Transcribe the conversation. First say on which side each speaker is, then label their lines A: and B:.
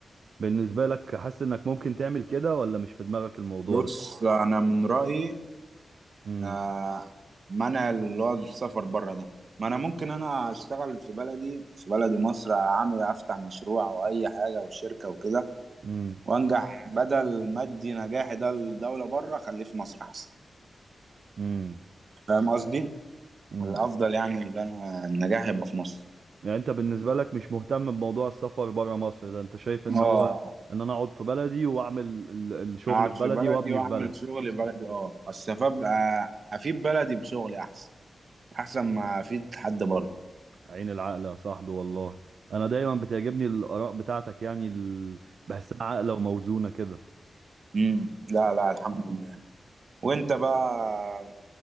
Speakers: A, on the right; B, on the right.
A: بالنسبة لك حاسس انك ممكن تعمل كده ولا مش في دماغك الموضوع
B: بص
A: ده
B: انا من رايي
A: امم
B: آه منع اللي هو السفر بره ده ما انا ممكن انا اشتغل في بلدي في بلدي مصر اعمل افتح مشروع او اي حاجه او شركه وكده
A: امم
B: وانجح بدل ما ادي نجاحي ده للدوله بره خليه في مصر احسن
A: امم
B: فاهم قصدي
A: امم
B: الافضل يعني ان انا النجاح يبقى في مصر
A: يعني انت بالنسبة لك مش مهتم بموضوع السفر برا مصر ده انت شايف ان
B: اه
A: هو ان انا اقعد في بلدي واعمل ال- الشغل
B: اقعد
A: في بلدي
B: في بلدي
A: وابني
B: واعمل
A: في بلدي
B: شغل بلدي اه اصل ابقى افيد بلدي بشغلي احسن احسن ما افيد حد بره
A: عين العقل يا صاحبي والله انا دايما بتعجبني الاراء بتاعتك يعني ال... بحسها عاقله وموزونه كده
B: امم لا لا الحمد لله وانت بقى